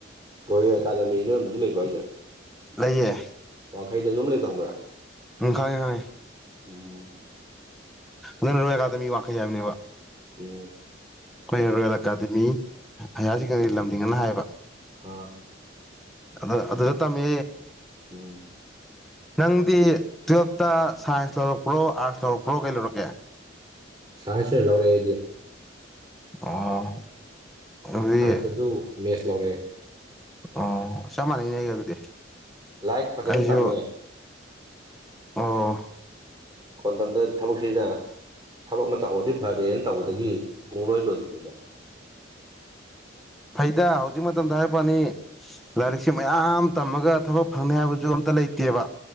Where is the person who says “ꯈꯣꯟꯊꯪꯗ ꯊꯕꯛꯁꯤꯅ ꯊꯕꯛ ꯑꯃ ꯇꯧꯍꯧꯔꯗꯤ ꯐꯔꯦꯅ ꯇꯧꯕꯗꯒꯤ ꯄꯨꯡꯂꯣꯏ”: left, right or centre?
Right